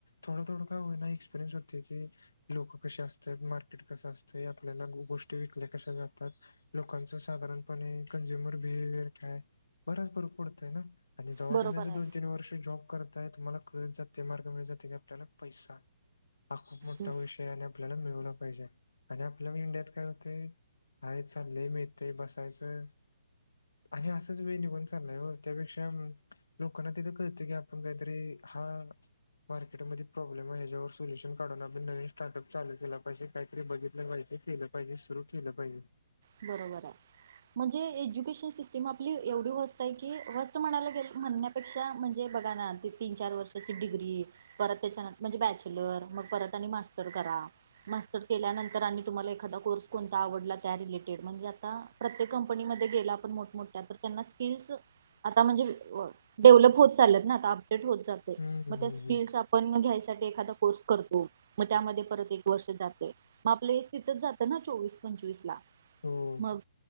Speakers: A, on the left; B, on the right.
A: थोडं थोडं का हो एक्पिरियनस होते की. लोक कसे असतात, मार्केट कसं असतंय आपल्याला गु गोष्ट- ते विकल्या कशा जातात लोकांचं साधारणपणे कंजूमर भीवेयर काय? बराच फरक पडतोय ना. आणि जव्हा
B: बरोबर
A: तुम्ही अस
B: आहे
A: दोन तीन वर्ष जॉब करताय तुम्हाला कळत जातय मार्ग मिळत जातय आपल्याला पैसा हा खुप मोठा
B: हम्म,
A: विषय आणि आपल्याला मिळवला पाहिजे आणि आपल्या इंडियात काय होत ते आई चाललंय मिळतंय बसायचं. आणि असाच वेळ निघून चाललाय हो त्यापेक्षा लोकांना तिथ कळतय की आपण कायतरी हा. मार्केटमध्ये प्रॉब्लेम ह्याच्यावर सोल्यूशन काढून आपण नवीन स्टार्टअप चालू केला पाहिजे. काहीतरी बघितलं पाहिजे केलं पाहिजे सुरू केलं पाहिजे.
B: बरोबर हाय. म्हणजे एज्युकेशन सिस्टीम आपली एवढी व्हस्ट आहे की व्हस्ट म्हणायला गे म्हणण्या पेक्षा म्हणजे बघा ना ती तीन चार वर्षाची डिग्री. परत त्याच्यान म्हणजे बॅचलर मग परत आणि मास्टर करा. मास्टर केल्यानंतर आणि तुम्हाला एखादा कोर्स कोणता आवडला त्या रिलेट. म्हणजे आता प्रत्येक कंपनीमध्ये गेला पण मोठमोठ्या तर त्यांना स्किल्स आता म्हणजे डेव्हलप होत चालत ना आता अपडेड होत चाल
A: हम्म
B: मग
A: हम्म
B: त्या स्किल्स-
A: हम्म.
B: आपण घ्यायसाठी एखादा कोर्स करतो मग त्यामध्ये परत एक वर्ष जातय मग आपलं हे तिथच जातं ना चोवीस पंचवीस ला
A: हो
B: मग.